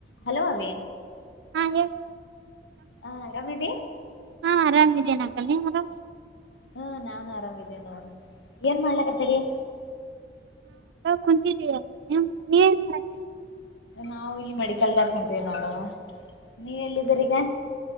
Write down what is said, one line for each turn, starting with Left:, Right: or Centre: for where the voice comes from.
Left: Hello ಅವಿ
Right: ಹಾ ಹೇಳ
Left: ಹಾ ಆರಾಮದಿ
Right: ಹಾ ಆರಾಮ್ ಇದೇ ನಕನ್ನ ಆರಾಮ್
Left: ಹ್ಮ ನಾನು ಆರಾಮ್ಿದ್ದೇನ ಅವ್ರ ಏನ್ ಮಾಡ್ಲಕ್ಕ್ದರಿ
Right: ಕುಂತಿದೀಯ ನೀ ನೀವ ನ್ ಮಾಡ್ತರಿ
Left: ನಾವು ಇಲ್ಲಿ ಮೆಡಿಕಲ್ದಾಕ ಕುಂಟೀವಿ ನೋಡು ನೀವ ಎಲ್ಲಿದ್ದೀರಿ ಈಗ